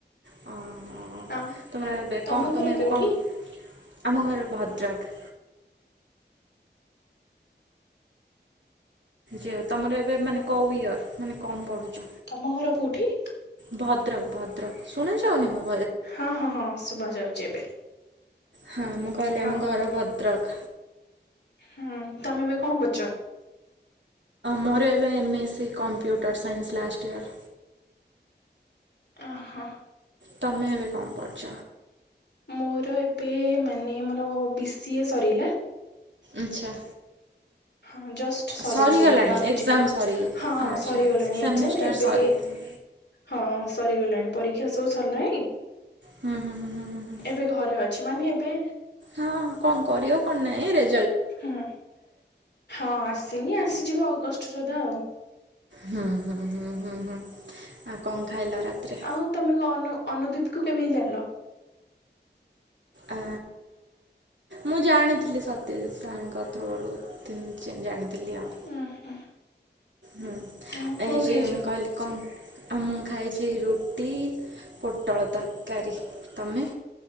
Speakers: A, on the right; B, on the left.
A: ହଁ।
B: ଆଁ
A: ତମର ଏବେ
B: ତମ
A: କଣ ତମେ
B: ଘର
A: ଏବେ
B: କୋଉଠି?
A: କଣ ଆମ ଘର ଭଦ୍ରକ। ଯ ତମର ଏବେ ମାନେ କଉ ଇୟର ମାନେ କଣ ପଢୁଚ?
B: ତମ ଘର କୋଉଠି?
A: ଭଦ୍ରକ ଭଦ୍ରକ। ଶୁଣାଯାଉନି ମୁଁ?
B: ହଁ ହଁ ହଁ ଶୁଭା ଯାଉଛି ଏବେ।
A: ହଁ ମୁଁ କହିଲି ଆମ
B: ଆଉ।
A: ଘର ଭଦ୍ରକ।
B: ହୁଁ ତମେ ଏବେ କଣ କରୁଚ?
A: ମୋର ଏବେ M A C computer science last year.
B: ଅ ହ।
A: ତମେ ଏବେ କଣ ପଢ଼ୁଛ?
B: ମୋର ଏବେ ମାନେ ମୋର ବି ସି ଏ ସରିଲା।
A: ଆଚ୍ଛା।
B: ହଁ ଜଷ୍ଟ ସରିଚି।
A: ସରିଗଲାଣି
B: ଏବେ ଆଉ କିଛି
A: ଏକ୍ଜାମ ସରି
B: ହଁ
A: ଆଚ୍ଛା
B: ସରିଗଲାଣି।
A: ସେମିଷ୍ଟାର
B: ଏଗଜାମ ଏବେ
A: ସରିଥିବ।
B: ହଁ ସରିଗଲାଣି ପରୀକ୍ଷା ସବୁ ସରିଲାଣି?
A: ହୁଁ ହୁଁ ହୁଁ ହୁଁ ହୁଁ ହୁଁ
B: ଏବେ ଘରେ ଅ ଛି ମାନେ ଏବେ
A: ହଁ କଣ କରିବ କଣ ନାଇଁ ରେ
B: ହୁଁ ହଁ ଆସିନି ଆସିଯିବ ଅଗଷ୍ଟ ସୁଦ୍ଧା ଆଉ।
A: ହୁଁ ହୁଁ ହୁଁ ହୁଁ ହୁଁ ଆଉ କଣ ଖାଇଲ? ରାତିରେ?
B: ଆଉ ତମେ ଅନ ଅନୁଦୀଦି କୁ କେମିତି ଜାଣିଲ।
A: ଆଁ ମୁଁ ଜାଣିଥିଲି ସତ୍ୟଜିତ୍ ସାର୍ ଙ୍କ ଥ୍ରୋରୁ ତି ଜାଣିଥିଲି। ଆଉ।
B: ଉଁ ହୁଁ।
A: ହୁଁ
B: ଆଉ
A: ଏଇ
B: କଣ
A: ଯେ
B: ଖାଇଛ?
A: ମୁଁ କହିଲି କଣ ଆଉ ମୁଁ ଖାଇଛି ରୁଟି ପୋଟଳ ତରକାରୀ ତମେ?